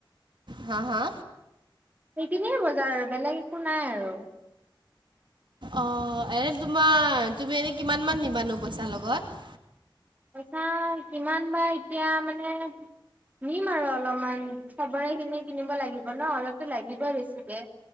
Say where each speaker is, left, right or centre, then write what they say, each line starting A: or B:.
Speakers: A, on the right; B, on the right.
A: হা, হা?
B: সেইখিনিয়ে বজাৰ আৰু বেলেগ একো নাই আৰু।
A: অ', এনে তোমাৰ তুমি এনে কিমান মান নিবানো পইচা লগত?
B: পইচা কিমান বা এতিয়া মানে নিম আৰু অলমান চবৰেখিনি কিনিব লাগিব ন' অলপটো লাগিবই বেছিকে।